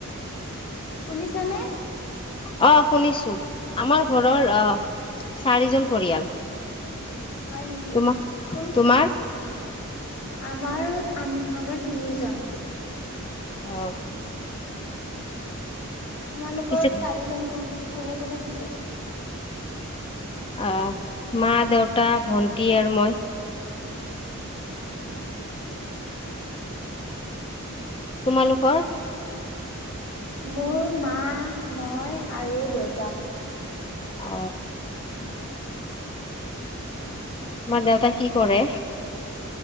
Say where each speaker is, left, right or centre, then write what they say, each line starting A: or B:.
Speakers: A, on the left; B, on the left.
A: শুনিছানে
B: অ শুনিছো আমাৰ ঘৰৰ আহ চাৰিজন পৰিয়াল
A: হয় নেকি
B: তোমাৰ
A: কোন
B: তোমাৰ
A: আমাৰ আমাৰ তিনিজন
B: অ
A: তোমালোকৰ
B: পিছে
A: চাৰিজন ক কোনে কোনে থাকে!
B: আহ মা দেউতা ভন্টি আৰু মই তোমালোকৰ।
A: মোৰ মা মই আৰু দেউতা।
B: অ তোমাৰ দেউতা কি কৰে।